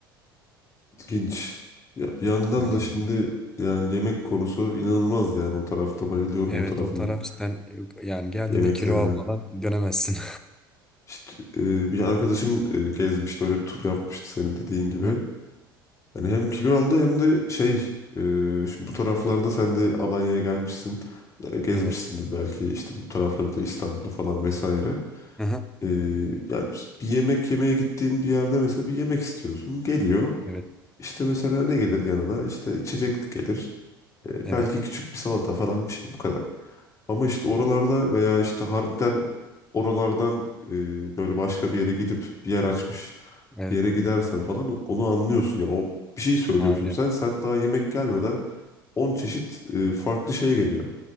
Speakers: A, on the left; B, in the centre.
A: İlginç. Ya bir yandan
B: Öyle
A: da
B: yani.
A: şimdi yani yemek konusu inanılmaz yani o tarafta bayılıyorum
B: Evet
A: o tarafın
B: o taraf cidden e, yani geldiğinde
A: yemeklerine.
B: kilo almadan dönemezsin.
A: İşte e, bir arkadaşım e, gezmişti öyle bir tur yapmıştı senin dediğin
B: <laughs>
A: gibi.
B: Aha,
A: Yani hem kilo aldı hem de şey e, şimdi bu taraflarda sen de Alanya'ya gelmişsin. e, Gezmişsindir
B: Evet.
A: belki işte bu taraflarda İstanbul'u falan vesaire.
B: aha,
A: E, yani bir yemek yemeye gittiğin bir yerde mesela bir yemek istiyorsun. Geliyor.
B: Evet.
A: İşte mesela ne gelir yanına? İşte içecek gelir. E,
B: Evet.
A: belki küçük bir salata falan bir şey bu kadar. Ama işte oralarda veya işte harbiden oralardan e, böyle başka bir yere gidip bir yer açmış
B: Evet.
A: bir yere gidersen falan onu anlıyorsun ya. O bir şey söylüyorsun
B: Aynen.
A: sen sen daha yemek gelmeden 10 çeşit e, farklı şey geliyor.